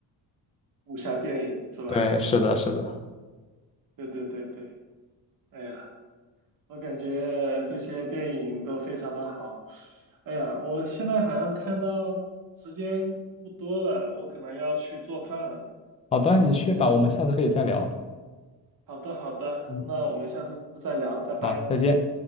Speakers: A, on the right; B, on the left.
A: 武侠电影，是吧？
B: 对，是的，是的。
A: <laughs> 对对对对。哎呀，我感觉这些电影都非常的好。哎呀，我现在好像看到时间不多了，我可能要去做饭了。
B: 好的，你去吧，我们下次可以再聊。
A: 好的，好的，
B: 嗯，
A: 那我们下次再聊，拜拜。
B: 好，再见。